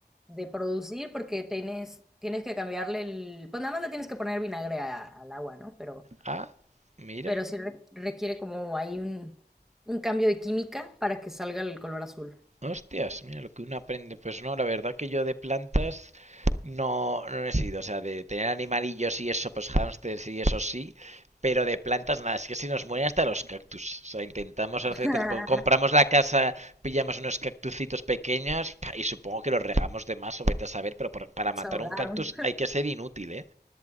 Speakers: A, in the centre; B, on the right (about 40°).
A: de producir porque tienes, tienes que cambiarle el, pues nada más le tienes que poner vinagre a- al agua, ¿no? Pero,
B: Ah, mira.
A: pero sí re- requiere como hay un, un cambio de química para que salga el color azul.
B: Hostias, mira lo que uno aprende. Pues no, la verdad que yo de plantas no, no he sido. O sea, de tener animalillos y eso, pues hámsters y eso sí. Pero de plantas nada, es que se nos mueren hasta los cactus. O sea, intentamos hacer,
A: <laughs>
B: cuando compramos la casa, pillamos unos cactucitos pequeños pa, y supongo que los regamos de más o vete a saber, pero por- para
A: Nos
B: matar
A: ahogaron.
B: un cactus hay que ser inútil, ¿eh?